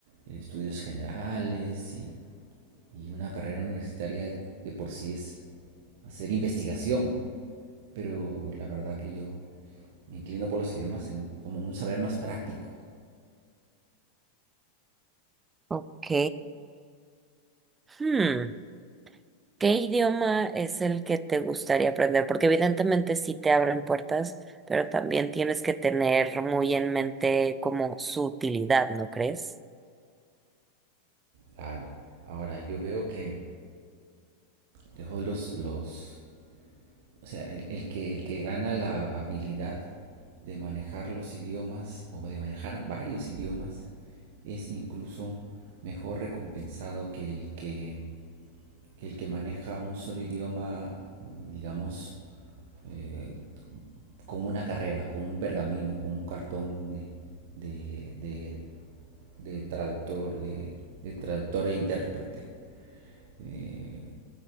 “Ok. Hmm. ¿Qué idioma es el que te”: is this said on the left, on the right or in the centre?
Right